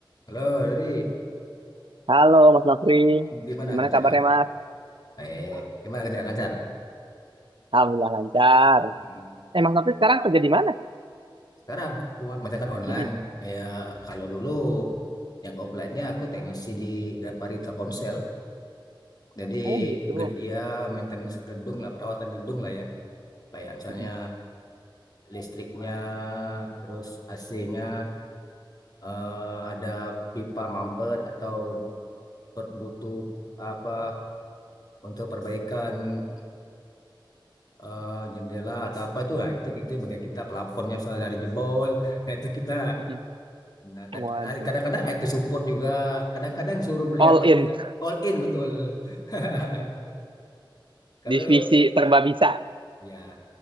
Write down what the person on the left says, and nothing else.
Halo, jadi
gimana
kerjaan?
Baik, gimana kerjaan lancar?
Hmm.
Sekarang aku kerjakan online.
Ya, kalau dulu yang offline-nya aku teknisi di Grapari Telkomsel. Jadi
ged- ya maintenance gedung lah, perawatan gedung lah ya. Kayak misalnya
listriknya, terus AC-nya, eh, ada pipa mampet atau per- butuh apa untuk perbaikan eh, jendela atau apa itu lah itu itu bagian kita plafonnya misalnya dari jebol nah itu kita
nah tapi
ah, kadang-kadang IT support juga kadang-kadang disuruh beli
apa
juga all in betul <laughs> kalau
ya